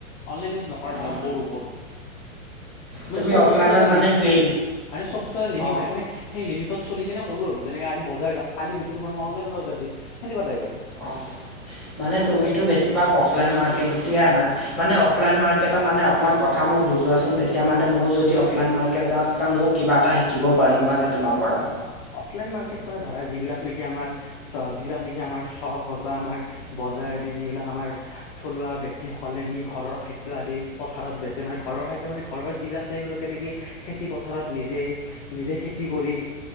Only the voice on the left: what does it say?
অনলাইন ইউজ নকৰা নহয়
কৰোঁ কৰোঁ। মানে‌
চব
বস্তুৰ এটা
লিমিট
থাকে হয় নে, চব বস্তু এটা লিমিট
থাকে, মই সেই লিমিটত চলি কিনে কৰোঁ আৰু যেনেকে আজি বজাৰ যাম কালিটো হয়তো মই অনলাইন অৰ্ডাৰ দিম সেনেকুৱা টাইপ আৰু।
অ', অফলাইন মাৰ্কেট মানে ধৰা যিবিলাক নেকি আমাৰ চ যিবিলাক নেকি আমাৰ চখ হওক বা আমাৰ, বজাৰ আদি যিবিলাক আমাৰ থলুৱা ব্যক্তিসকলে নি ঘৰৰ খাদ্য আদি। পথাৰত বেচে মানে ঘৰৰ খাদ্য মানে ঘৰৰ যিবিলাক তেওঁলোকে নেকি খেতি পথাৰত নিজেই নিজে খেতি কৰি